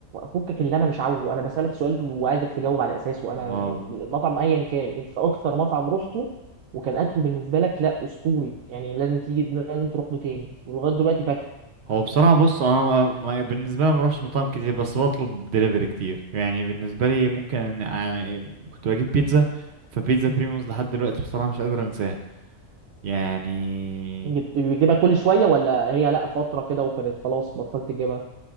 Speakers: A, on the right; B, on the right.
A: فكك اللي انا مش عاوزه انا بسألك سؤال وعايزك تجاوب على اساسه انا
B: اه
A: المطعم ايا كان انت اكثر مطعم رحته وكان اكله بالنسبه لك لا اسطوري يعني لازم تيجي لازم تروح له تاني ولغايه دلوقتي فاتح
B: هو بصراحة بص أنا ما- بالنسبة لي ما بروحش مطاعم كتير بس بطلب دليفري كتير يعني بالنسبة لي ممكن أنا كنت بجيب بيتزا فبيتزا بريموز لحد دلوقتي بصراحة مش قادر أنساها يعني
A: جبت- بتجيبها كل شويه ولا هي لا فتره كده وكانت خلاص بطلت تجيبها